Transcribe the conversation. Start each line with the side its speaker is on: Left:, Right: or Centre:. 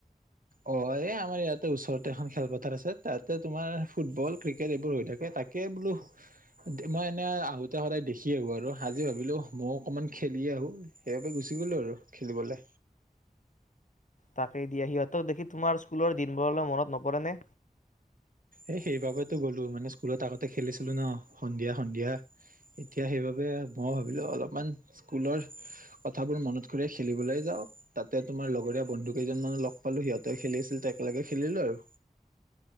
Right: অ', এই ', আমাৰ ইয়াতে ওচৰতে এখন খেলপথাৰ আছে তাতে তোমাৰ ফুটবল, ক্ৰিকেট, এইবোৰ হৈ থাকে তাকে বোলো মই এনে আহোতে সদায় দেখি আহো আৰু আজি ভাবিলো মই অকনমান খেলি আহো সেইবাবে গুচি গলো আৰু খেলিবলে।
Left: তাকেই দিয়া সিহঁতক দেখি তোমাৰ স্কুলৰ দিনবোৰলৈ মনত নপৰে নে?
Right: এ', সেইবাবেতো গ'লো মানে স্কুলত আগতে খেলিছিলো ন', সন্ধিয়া- সন্ধিয়া, এতিয়া সেইবাবে মই', ভাবিলো অলপমান স্কুলৰ কথাবোৰ মনত খুলাই-খেলিবলৈ যাওঁ তাতে তোমাৰ লগৰীয়া বন্ধু কেইজনমানক লগ পালো সিহঁতে খেলি আছিল একেলগে খেলিলো আৰু।